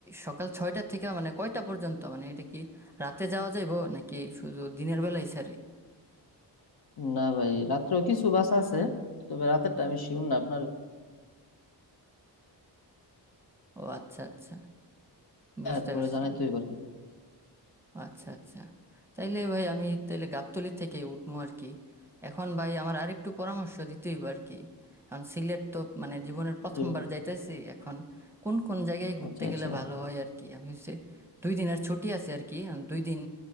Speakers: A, in the centre; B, on the left.
A: সকাল ছয়টার থেকে মানে কয়টা পর্যন্ত মানে এটা কি রাতে যাওয়া যাইবো নাকি শুধু দিনের বেলায় ছাড়ে
B: না ভাই রাত্রেও কিছু বাস আছে তবে রাতেরটা আমি শিওর না আপনার
A: ও আচ্ছা আচ্ছা বুঝতে
B: তারপরে
A: পারছি
B: জানাই তো এবার কি
A: আচ্ছা আচ্ছা তাইলে ভাই আমি তাইলে গাবতলী থেকে উঠবো আর কি এখন ভাই আমার আরেকটু পরামর্শ দিতেই আর কি এখন সিলেট তো মানে জীবনের প্রথমবার
B: দিবে
A: যাইতেছি এখন কোন কোন জায়গায় ঘুরতে
B: আচ্ছা
A: গেলে
B: আচ্ছা
A: ভালো হয় আর কি আমি হচ্ছে দুই দিনের ছুটি আছে আর কি এখন দুই দিন